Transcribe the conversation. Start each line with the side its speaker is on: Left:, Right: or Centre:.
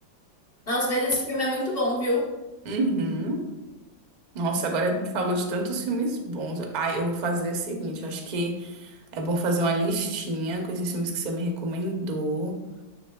Left: Nossa, mas esse filme é muito bom, viu?
Right: Uhum. Nossa, agora a gente falou de tantos filmes bons. Ah, eu vou fazer o seguinte, eu acho que é bom fazer uma listinha com esses filmes que você me recomendou.